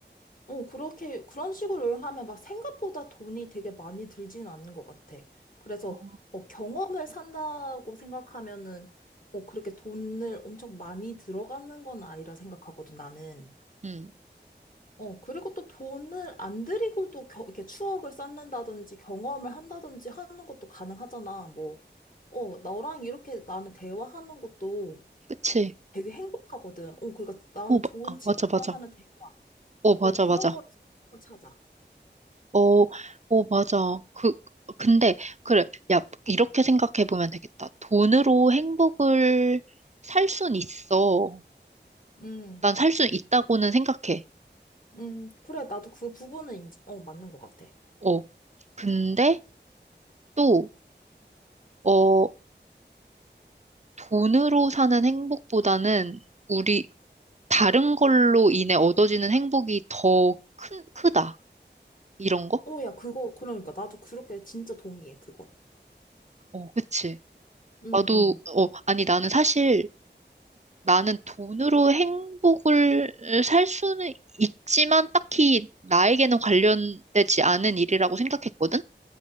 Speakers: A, on the left; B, on the right.
A: 어, 그렇게 그런 식으로 하면 막 생각보다 돈이 되게 많이 들지는 않는 것 같아. 그래서
B: 어.
A: 어, 경험을 산다고 생각하면은 어, 그렇게 돈을 엄청 많이 들어가는 건 아니라 생각하거든, 나는.
B: 음,
A: 어, 그리고 또 돈을 안 들이고도 겨, 이렇게 추억을 쌓는다든지 경험을 한다든지 하는 것도 가능하잖아. 뭐, 어, 너랑 이렇게 나는 대화하는 것도
B: 그치.
A: 되게 행복하거든. 어, 그러니까 나는
B: 어, 마-
A: 좋은
B: 아,
A: 친구랑
B: 맞아, 맞아.
A: 하는 대화.
B: 오 맞아,
A: 어, 그런
B: 맞아.
A: 거에서 행복을 찾아.
B: 어, 오 맞아. 그, 근데, 그래. 야, 이렇게 생각해 보면 되겠다. 돈으로 행복을 살 순 있어.
A: 음,
B: 난 살 순 있다고는 생각해.
A: 음, 그래. 나도 그 부분은 인지, 어, 맞는 것 같아.
B: 어. 근데 또, 어, 돈으로 사는 행복보다는 우리 다른 걸로 인해 얻어지는 행복이 더 큰, 크다. 이런 거?
A: 어, 야, 그거, 그러니까. 나도 그렇게 진짜 동의해, 그거.
B: 어, 그치.
A: 응,
B: 나도,
A: 응,
B: 어, 아니, 나는 사실 나는 돈으로 행복을 살 수는 있지만 딱히 나에게는 관련되지 않은 일이라고 생각했거든?